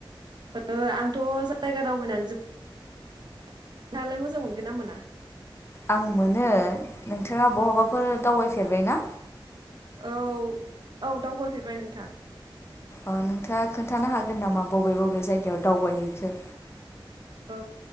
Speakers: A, on the right (about 55°); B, on the left (about 30°).
A: ओ आंथ' जायगा दावबायनानै जोबोद नोंथांङालाय मोजां मोनगोन ना मोना
B: आं मोनो नोंथांङा बहाबाफोर दावबायफेरबायना?
A: औ औ दावबायफेरबाय नोंथां
B: अ नोंथांङा खोन्थानो हागोन नामा बबे बबे जायगायाव दावबायहैखो
A: औ